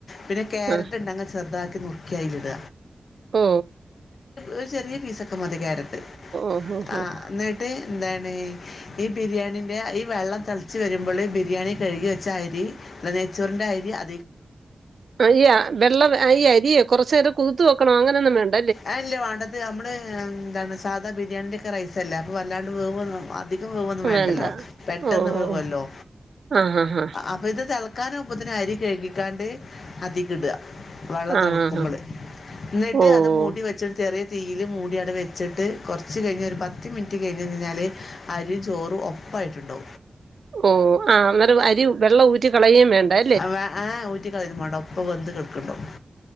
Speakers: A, on the left (about 80°); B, on the right (about 70°).
A: പിന്നെ കക്ാരറ്റ്
B: ആഹ്
A: ഉണ്ടങ്ക ചെറുതാക്കി നക്ക കയിലട
B: ഓ
A: ഒരു ചെറിയ പീസൊക്കെ മതി ക്യാരറ്റ്
B: ഓഹ് ഓഹ്
A: ആ
B: ഓഹ്
A: എന്നിട്ട് എന്താണ് ഈ ബിരിയാണീൻ്റെ ഈ വെള്ളം തിളച്ച് വരുമ്പോൾ ഈ ബിരിയാണി കഴുകി വെച്ച അരി അല്ല നെയ്ച്ചൂറിന്റെ അയര് അ
B: അയ്യ വെള്ള അയ്യ അരിയെ കൊറച്ച നേരം കുതിത്ത വെക്കണോ അങ്ങനെയൊന്നും വേണ്ട
A: ആ ഇല്ലേ വേണ്ടത് നമ്മള് എന്താണ് സാധ അ ബിയാണിയി ഒക്കെ റസ അല്ല അപ്പൊ അല്ലാണ്ട് വം വന്ന് വേണ്ടല്ലോ
B: വേണ്ട
A: പെട്ടെന്ന്
B: ഓഹ്
A: വവല്ലോ
B: ഓഹ് ആഹ് ഹാ ഹാ
A: അപ്പൊ ഇത് തിളക്കാനാവുമ്പത്തിന് അരി കഴുകിക്കാണ്ട് അതിക്കിടുക വെള്ളം
B: ആഹ്
A: തെളകുംമ്പള്
B: ഹാ ഹാ
A: എന്നിട്ട്
B: ഓഹ്
A: അത് മൂ ചെറിയ തീയില് മൂടി അവ്ടെ വെച്ചിട്ട് കൊറച്ച് കഴിഞ്ഞ് ഒര് പത്ത് മിനിറ്റ് കഴിഞ്ഞരിഞ്ഞാല് അരിയും ചോറും ഒപ്പായിട്ടുണ്ടോ
B: ഓ ആ അന്നരം അരി വെള്ളം ഊറ്റി കളേം വേണ്ടെ
A: അ വേ ആ ഊറ്റി കളയൊന്നും വേണ്ടാ ഇപ്പ വെന്ത് കെടക്ക്ണ്ടാവും